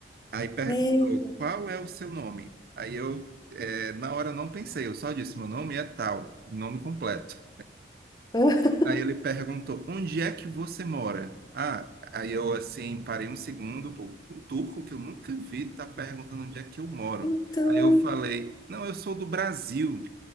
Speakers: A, on the right; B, on the left.
A: aí perguntou:
B: Meu
A: qual é o seu nome? Aí eu, eh, na hora, não pensei, eu só disse: meu nome é tal, nome completo.
B: Deus. <laughs>
A: Aí ele perguntou: onde é que você mora? Ah, aí eu assim parei um segundo, pô, um turco que eu nunca vi tá perguntando onde é que eu moro.
B: Então,
A: Aí eu falei: não, eu sou do Brasil.